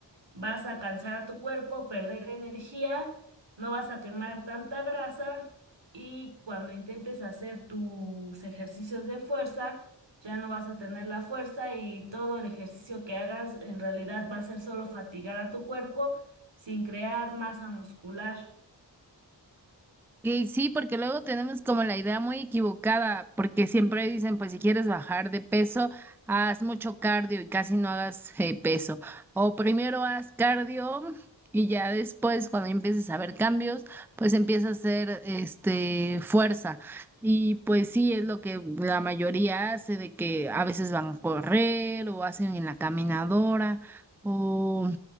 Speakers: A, on the right; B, in the centre.
A: Vas a cansar a tu cuerpo, perder energía, no vas a quemar tanta grasa y cuando intentes hacer tus ejercicios de fuerza, ya no vas a tener la fuerza y todo el ejercicio que hagas en realidad va a ser solo fatigar a tu cuerpo sin crear masa muscular.
B: Que sí, porque luego tenemos como la idea muy equivocada, porque siempre dicen, pues si quieres bajar de peso, haz mucho cardio y casi no hagas eh, peso. O primero haz cardio y ya después, cuando empieces a ver cambios, pues empieza a hacer este fuerza. Y pues sí, es lo que la mayoría hace, de que a veces van a correr o hacen en la caminadora o,